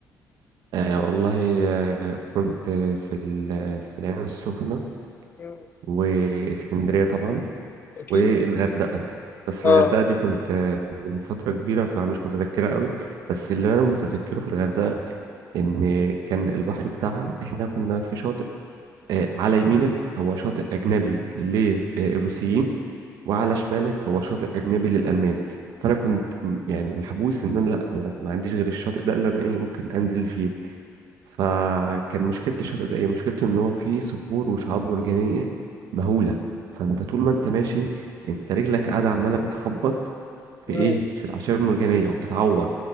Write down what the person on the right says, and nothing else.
آه والله آه كنت في ال... في العين السخنة
واسكندرية طبعا
والغردقة بس
الغردقة دي كنت آه، من فترة كبيرة فمش متذكرة قوي بس اللي انا متذكره في الغردقة ان كان البحر بتاعها احنا كنا في شاطئ آه، على يمينك هو شاطئ أجنبي للروسيين وعلى شمالك هو شاطئ أجنبي للألمان فأنا كنت م- يعني محبوس إن أنا لأ أنا ما عنديش غير الشاطئ ده اللي أنا إيه ممكن أنزل فيه فكان مشكلة الشاطئ ده إيه مشكلته إن هو فيه صخور وشعاب مرجانية مهولة فأنت طول ما أنت ماشي أنت رجلك قاعدة عمالة بتخبط في
إيه في الأعشاب المرجانية وبتتعور